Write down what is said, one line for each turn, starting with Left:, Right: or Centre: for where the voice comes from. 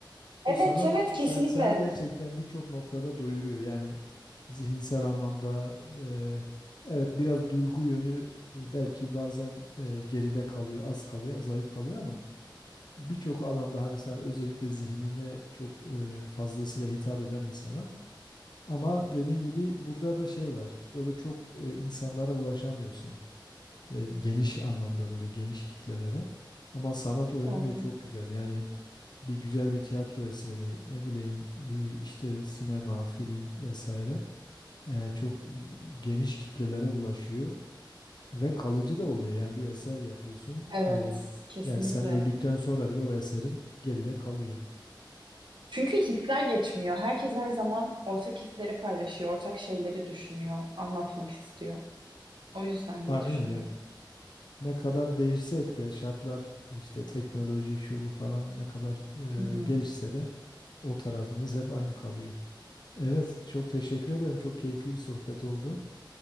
Right: Evet,
Left: O sanat
Right: evet
Left: sa-
Right: kesinlikle.
Left: sana gerçekten birçok noktada doyuruyor. Yani zihinsel anlamda e, evet biraz duygu yönü e, belki bazen e, geride kalıyor, az kalıyor, zayıf kalıyor ama birçok alanda hani sen özellikle zihnine çok e, fazlasıyla hitap eden bir sanat. Ama dediğin gibi burada da şey var. Böyle çok e, insanlara ulaşamıyorsun. E, geniş anlamda böyle geniş kitlelere. Ama sanat o yönüyle
Right: Doğru.
Left: çok güzel. Yani bir güzel bir tiyatro eseri, ne bileyim bir işte sinema, film vesaire e, çok geniş kitlelere ulaşıyor ve kalıcı da oluyor. Yani bir eser yapıyorsun.
Right: Evet,
Left: E,
Right: kesinlikle.
Left: yani sen öldükten sonra bile o eserin geride kalıyor.
Right: Çünkü hisler geçmiyor. Herkes her zaman ortak hisleri paylaşıyor, ortak şeyleri düşünüyor, anlatmak istiyor. O yüzden diye
Left: Aynen.
Right: düşünüyorum.
Left: evet. Ne kadar değişsek de şartlar işte teknoloji şu bu falan ne kadar
Right: Hı hı.
Left: e, gelişse de o tarafımız hep aynı kalıyor. Evet, çok teşekkür ederim. Çok keyifli bir sohbet oldu.